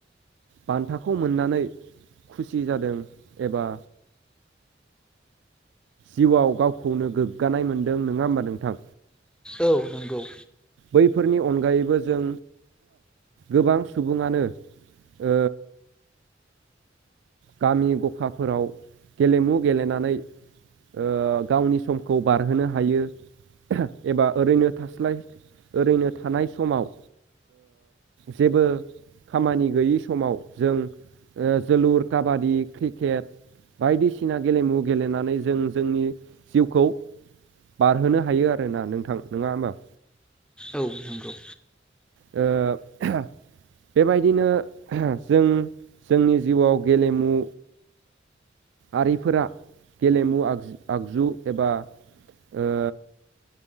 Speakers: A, on the right; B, in the centre.
A: बान्थाखौ मोननानै खुसि जादों एबा जिउआव गावखौनो गोग्गानाय मोनदों नङा होमबा नोंथां।
B: औ नंगौ।
A: बैफोरनि अनगायैबो जों गोबां सुबुङानो ओ गामि गखाफोराव गेलेमु गेलेनानै ओ गावनि समखौ बारहोनो हायो। एबा ओरैनो थास्लाय ओरैनो थानाय समाव जेबो खामानि गैयि समाव जों जोलुर काबादि क्रिकेट बायदिसिना गेलेमु गेलेनानै जों जोंनि जिउखौ बारहोनो हायो आरो ना नोंथां नङा होमबा?
B: औ नंगौ।
A: ओ बेबायदिनो जों जोंनि जिउआव गेलेमु आरिफोरा गेलेमु आग आगजु एबा ओ